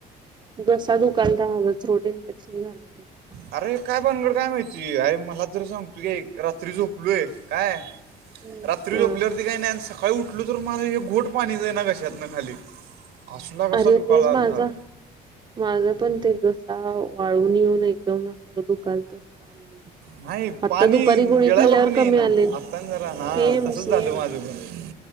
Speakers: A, on the right; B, on the right.
A: घसा दुखालता रोट इन्फेक्शन झाले त्या
B: अरे काय भनगड काय माहिती अरे मला जर सांगतो की ऐक रात्री झोपलोय काय
A: हम्म.
B: रात्री झोपल्यावरती
A: अ
B: काही नाही सकाळी उठ म्हटलं तर मला हे घोट पाणीच आहे घशातन खाली असला कसा
A: अरे
B: दुखायला
A: तेच
B: आलता
A: माझा माझ पण ते घसा वाळून येऊन एकदम अस दुकाल तर काल नाही.
B: नाही
A: आता
B: पाणी
A: दुपारी गुणी
B: गिळायला
A: खाल्ल्यावर
B: पण
A: कमी
B: येईना
A: आले
B: आत्ता न जरा हां
A: सेम
B: तसंच
A: सेम.
B: झालं माझं पण